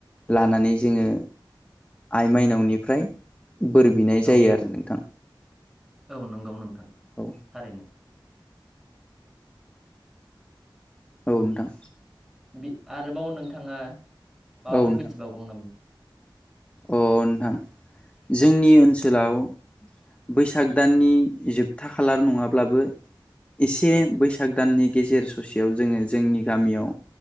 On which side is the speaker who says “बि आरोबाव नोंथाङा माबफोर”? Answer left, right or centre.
Centre